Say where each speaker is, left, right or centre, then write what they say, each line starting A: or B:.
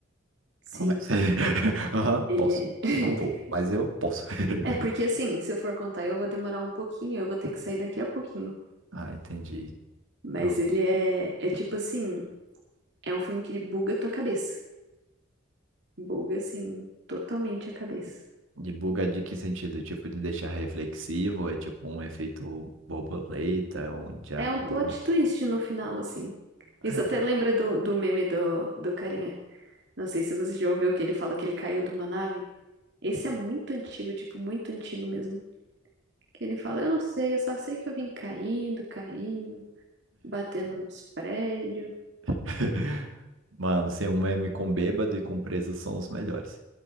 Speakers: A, on the right; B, on the right.
A: Sim.
B: começa. <laughs> Aham,
A: Ele
B: posso.
A: é. <laughs>
B: Não vou, mas eu posso. <laughs>
A: É, porque assim, se eu for contar, eu vou demorar um pouquinho, eu vou ter que sair daqui a pouquinho.
B: Ah, entendi.
A: Mas
B: Não.
A: ele é. É tipo assim. É um filme que ele buga a tua cabeça. Buga, assim, totalmente a cabeça.
B: De buga de que sentido? Tipo, de deixar reflexivo? É tipo um efeito borboleta, um déjà
A: É
B: vu?
A: um plot twist no final, assim. Isso
B: Ah.
A: até lembra do, do meme do, do carinha. Não sei se você já ouviu que ele fala que ele caiu de uma nave. Esse é muito antigo, tipo, muito antigo mesmo. Que ele fala, eu não sei, eu só sei que eu vim caindo, caindo, batendo nos prédios.
B: <laughs> Mano, sem um meme com bêbado e com preso são os melhores.